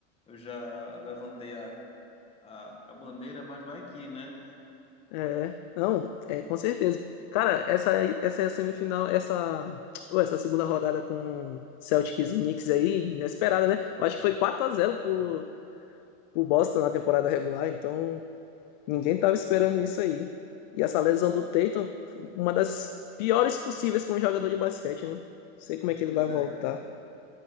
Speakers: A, on the left; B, on the left.
A: eu já levantei a, a, a bandeira, mas vai que, né?
B: é, não, é, com certeza. Cara, essa, essa semifinal, essa, pô, essa segunda rodada com Celtics e Knicks aí, inesperada, né? Eu acho que foi quatro a zero pro, pro Boston na temporada regular, então ninguém tava esperando isso aí. E essa lesão do Tatum, uma das piores possíveis para um jogador de basquete, né? Não sei como é que
A: Pois
B: ele vai voltar.
A: é, cara.